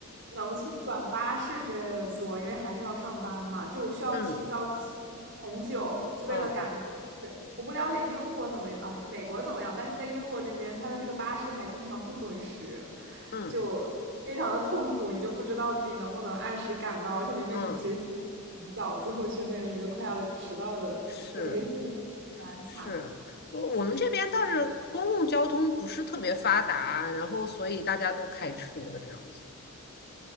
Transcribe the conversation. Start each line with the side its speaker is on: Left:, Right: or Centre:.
Right: 只能去转巴士之类的坐，因为还是要上班嘛，就需要提早起很久，
Left: 嗯
Right: 就为了赶那个巴士。
Left: 嗯
Right: 我不了解英国怎么样啊，美国怎么样，但是在英国这边，它的这个巴士还经常不准时，
Left: 嗯
Right: 就非常的痛苦，你就不知道自己能不能按时赶到，而且明明你其实很早，
Left: 嗯，
Right: 最后却面临一个快要迟到的这么一个境地，
Left: 是
Right: 蛮惨的。
Left: 是，我我们这边倒是公共交通不是特别发达，然后所以大家都开车这样子。